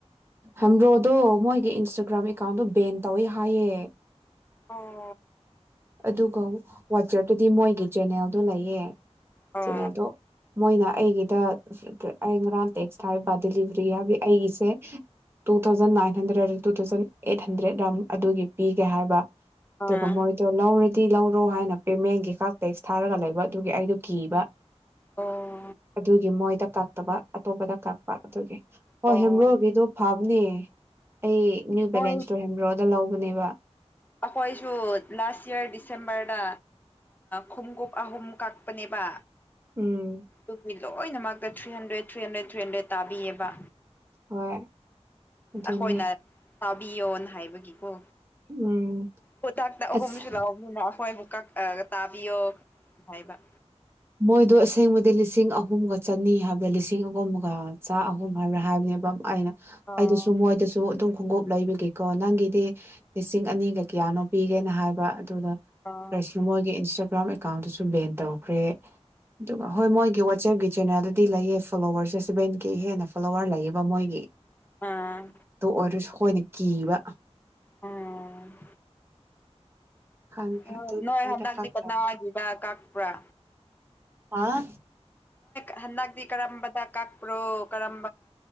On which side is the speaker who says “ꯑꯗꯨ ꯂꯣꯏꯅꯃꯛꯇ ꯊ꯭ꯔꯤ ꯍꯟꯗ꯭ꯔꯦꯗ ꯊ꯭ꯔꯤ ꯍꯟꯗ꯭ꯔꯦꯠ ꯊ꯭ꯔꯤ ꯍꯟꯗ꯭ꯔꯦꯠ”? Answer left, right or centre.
Left